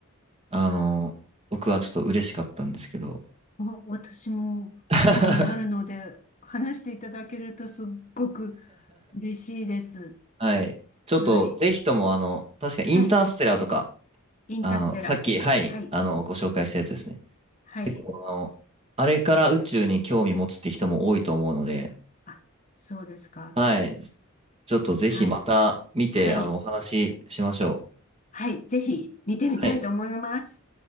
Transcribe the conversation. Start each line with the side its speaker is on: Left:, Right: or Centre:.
Right: あの僕はちょっと嬉しかったんですけど。
Left: はあ、お私も興味あるので、
Right: <laughs>
Left: 話していただけるとすっごく嬉しいです。
Right: はい。ちょっと、
Left: はい。
Right: ぜひとも、あの、確かインターステラーとか、
Left: はい。インターステラ。
Right: あの、さっき、はい、
Left: はい。
Right: あの、ご紹介したやつですね。
Left: はい。
Right: 結構、あの、あれから宇宙に興味持つって人も多いと思うので、
Left: あ、そうですか。
Right: はい。ちょっとぜひまた見て、
Left: はい。はい。
Right: あの、お話ししましょう。
Left: はい。ぜひ見てみたいと思います。
Right: はい。